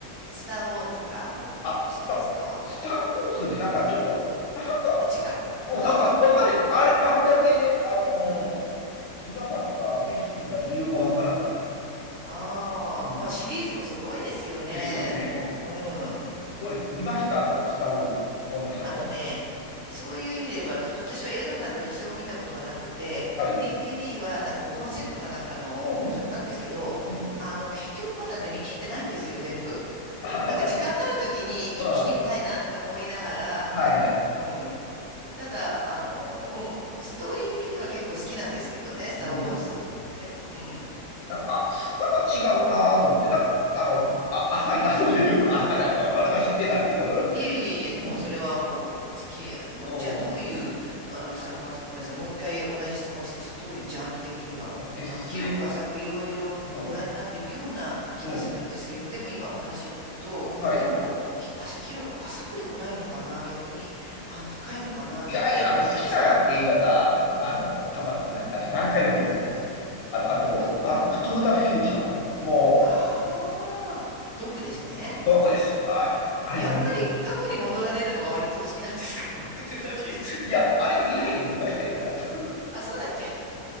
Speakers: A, on the right; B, on the left.
A: ー、スター・ウォーズとかもお好きですか
B: あ、だ、スター・ウォーズね、なんかちょっと、なんか、
A: あ、違う。
B: もうなんかわかる。
A: <laughs>
B: あれ、あんだけ、あのー
A: うん、
B: 皆さんが熱心な理由がわからない。
A: うん。ああ、
B: うん。
A: まあシリーズもすごいですよね。
B: ですよね。
A: もう、うん。
B: どうです見ましたそれ、スター・ウォーズは。大貫さんは。
A: あのね、そういう意味で言えば、私私は映画館では一度も見たことがなくて、
B: はい。
A: DVD はなんか5本セットかなんかのを買ったんですけど、
B: うん。うん。
A: あの、結局まだね、見切ってないんですよ、全部。
B: ああ、
A: なんか時間になるときに一気に見たいなって思いながら、
B: なるほど。うん。はいはい。
A: あの、うん。ただ、あの、うん、ストーリー的には結構好きなんですけどね、スター・
B: うん。
A: ウォーズ。でも、うん。
B: なんか、なんか違うなと思って、なんか、あの、
A: ああ、
B: あ、浅いなという <laughs> あ浅い、
A: お
B: これ、こんなから失礼なんですけど。<laughs>
A: いえいえいえ、
B: うん。
A: もうそれはもう好き、あの、
B: うん。
A: じゃあどういう、あの、さ、まあ、ごめんなさい、もう一回同じ質問してどういうジャンル的には、
B: うん。s
A: まあ、広く浅くいろいろご覧になってるような気はするんですけど、
B: うん。うん。
A: でも今お話を聞くと、
B: はい。
A: どうもひ、あ、広く浅くでもないのかな、逆に、あの、深いのかな、なんて思ったりして。
B: いやいや、あの、好きな映画が、あの、
A: うん。
B: たま、なんですかね、何回も見るだけなんですよ。あと、
A: うん、
B: あと、
A: た、
B: バックトゥーザフューチャーとかも、
A: うん。
B: もう、
A: ああ、毒ですね。
B: ドアクです。あ、あれは、
A: やっぱり過去に戻られるのが割とお好きなんですか
B: <laughs>
A: <laughs> バックトゥーザフューチャー。
B: いや、あれは未来には行きましたよ、ちゃんと。<laughs>
A: あ、そうだっけ